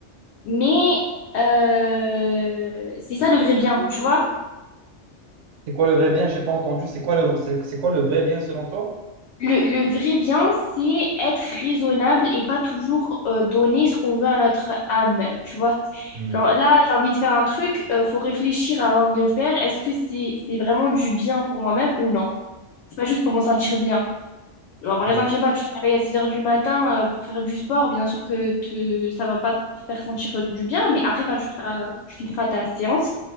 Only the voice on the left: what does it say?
Mais euh, c'est ça le vrai bien, tu vois.
Le, le vrai bien, c'est être raisonnable et pas toujours euh, donner ce qu'on veut à notre âme, tu vois.
Genre là, j'ai envie de faire un truc, euh, faut réfléchir avant de le faire. Est-ce que c'est c'est vraiment du bien pour moi-même ou non? C'est pas juste pour m'en sentir bien. Bon, par
exemple, je sais pas, tu te réveilles à 6 heures du matin euh, pour faire du sport, bien sûr que te, ça va pas te faire sentir euh, du bien, mais après, quand tu feras, tu finiras ta séance,